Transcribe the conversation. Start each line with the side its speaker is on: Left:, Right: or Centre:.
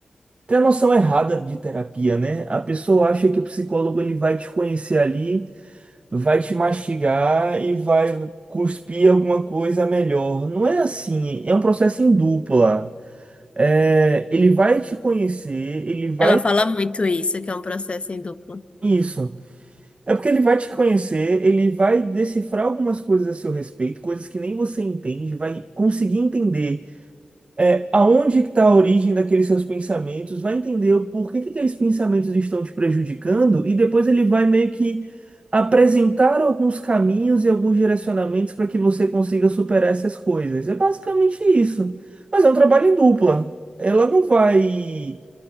Right: Tem a noção errada de terapia, né? A pessoa acha que o psicólogo ele vai te conhecer ali, vai te mastigar e vai cuspir alguma coisa melhor. Não é assim, é um processo em dupla. É, ele vai te conhecer, ele vai.
Left: Ela fala muito isso, que é um processo em dupla.
Right: Isso. É porque ele vai te conhecer, ele vai decifrar algumas coisas a seu respeito, coisas que nem você entende, vai conseguir entender. É, aonde que está a origem daqueles seus pensamentos, vai entender o porquê que aqueles pensamentos estão te prejudicando e depois ele vai meio que apresentar alguns caminhos e alguns direcionamentos para que você consiga superar essas coisas. É basicamente isso. Mas é um trabalho em dupla. Ela não vai